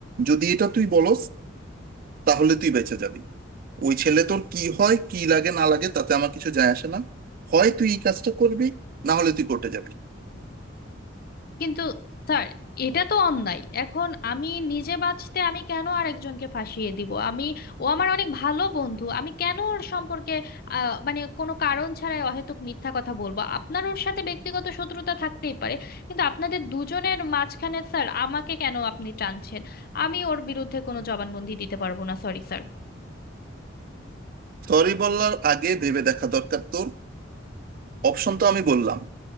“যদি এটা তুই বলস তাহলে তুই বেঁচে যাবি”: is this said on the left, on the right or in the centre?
Right